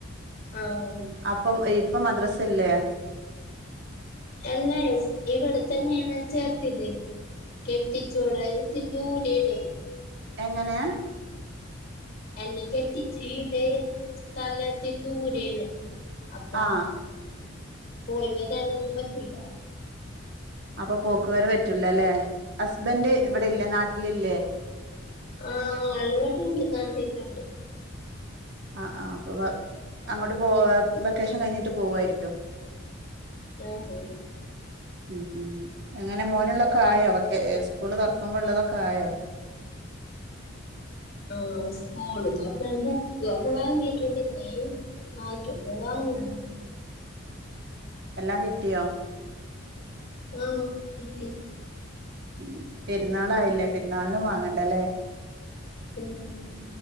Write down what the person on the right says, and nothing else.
അപ്പം ഇപ്പൊ മദ്രാസ ഇല്ലേ
എങ്ങനെയാ
ആഹ്
അപ്പൊ പോക്ക് വരെ പറ്റൂലല്ലേ ഹസ്ബന്ഡ്
ഇവിടെ ഇല്ലേ നാട്ടിലില്ലേ
ആഹ ആഹ അപ്പൊ അങ്ങോട്ട് പോ വെക്കേഷൻ കഴിഞ്ഞിട്ട് പോവുവായിരിക്കോ
ഉം ഉം എങ്ങനെ മോനുള്ളൊക്കെ ആയോ ഒക്കെ സ്കൂള് തുറക്കുമ്പോൾ ഉള്ളതൊക്കെ ആയോ
എല്ലാം കിട്ടിയോ
ഉ പെരുന്നാളായില്ലേ പെരുന്നാളിനും വാങ്ങണ്ടല്ലേ